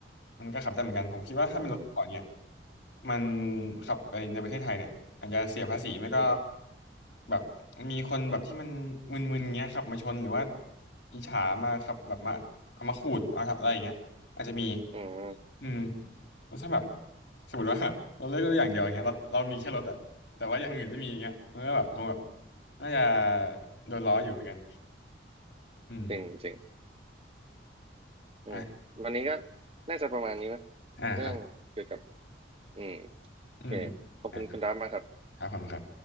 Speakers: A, on the left; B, on the right.
A: มันก็ขับได้เหมือนกันผมคิดว่าถ้าเป็นรถสปอร์ตเนี่ย
B: อืม
A: มันขับในในประเทศไทยเนี่ยอาจจะเสียภาษีไม่ก็
B: อืม
A: แบบมีคนแบบที่มันมึนๆเงี้ยขับมาชนหรือว่าอิจฉามาขับแบบมาเอามาขูดมาขับอะไรอย่างเงี้ยอาจจะมี
B: อืม
A: อืมแล้วถ้าแบบสมมติว่า <laughs> เราเลือกรถอย่างเดียวอย่างเงี้ยเราเรามีแค่รถอะแต่ว่าอย่างอื่นไม่มีอย่างเงี้ยมันก็แบบคงแบบน่าจะโดนล้ออยู่เหมือนกันอืม
B: จริงจริง อืมวันนี้ก็
A: อ่ะ
B: น่าจะประมาณนี้มั้ย
A: อ่าครับ
B: เรื่องเกี่ยวกับอืมโอเค
A: อืม
B: ขอบคุณคุณดับมากครับ
A: อ่ะครับอบคุณครับ